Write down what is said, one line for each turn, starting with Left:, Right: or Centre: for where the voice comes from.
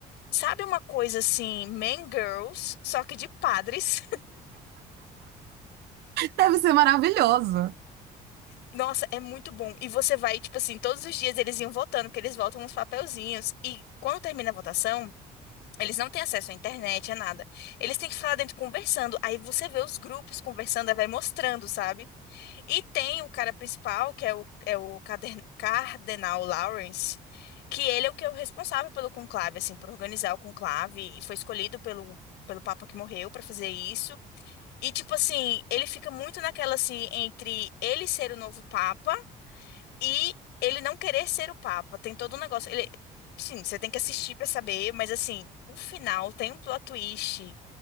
Left: Sabe uma coisa assim, Man Girls, só que de padres? <laughs>
Right: Deve ser maravilhoso.
Left: Nossa, é muito bom. E você vai, tipo assim, todos os dias eles iam votando, porque eles votam uns papelzinhos. E quando termina a votação, eles não têm acesso à internet, a nada. Eles têm que ficar lá dentro conversando. Aí você vê os grupos conversando, aí vai mostrando, sabe? E tem o cara principal, que é o, é o Cader- Cardenal Lawrence. Que ele é o que é o responsável pelo conclave, assim, por organizar o conclave, e foi escolhido pelo, pelo Papa que morreu para fazer isso. E, tipo assim, ele fica muito naquela, assim, entre ele ser o novo Papa e ele não querer ser o Papa. Tem todo um negócio. Ele, sim, você tem que assistir pra saber, mas, assim, o final tem um plot twist